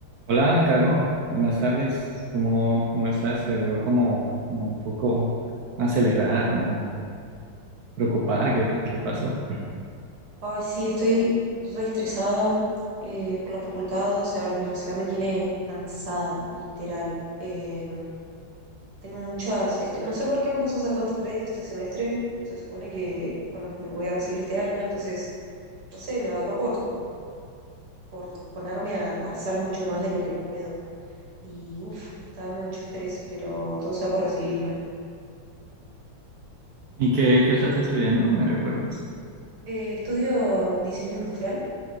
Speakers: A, on the right; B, on the right.
A: Hola, Caro. Buenas tardes. ¿Cómo, cómo estás? Te veo como, como un poco acelerada, como preocupada. ¿Qué, pa- qué pasó?
B: Ay, sí, estoy re estresada eh, por la facultad, o sea, la universidad me tiene cansada, literal. Eh, tengo muchas, este, no sé por qué me puse a hacer tantos créditos este semestre, se supone que bueno, me voy a recibir este año, entonces, no sé, me agarró por, por ponerme a, a hacer mucho más de lo que puedo. Y uff, me está dando mucho estrés, pero todo sea por recibirme.
A: ¿Y qué, qué estás estudiando? ¿Me recuerdas?
B: Eh, estudio diseño industrial